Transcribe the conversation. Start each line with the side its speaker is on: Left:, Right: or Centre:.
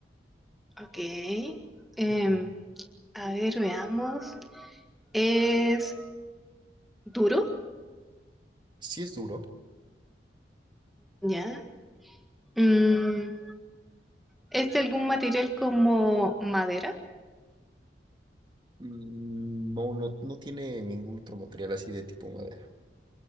Centre: Ok. Em,
Right: Ujú.
Centre: a ver, veamos. ¿Es duro?
Right: Sí es duro,
Centre: Ya. Mm, ¿es de algún material como madera?
Right: mm, no, no, no tiene ningún otro material así de tipo madera.